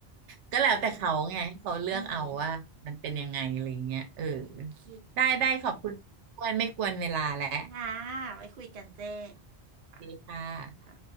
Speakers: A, on the right; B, on the right.
A: ก็แล้วแต่เขาไงให้เขาเลือกเอาว่ามันเป็นยังไงอะไรอย่างเงี้ยเออ
B: ได้อืมโอเค
A: ได้ได้ขอบคุณอ้วนไม่กวนเวลาแล้ว
B: ค่ะไว้คุยกันเจ๊ค่ะ
A: ดีค่ะ
B: ค่ะ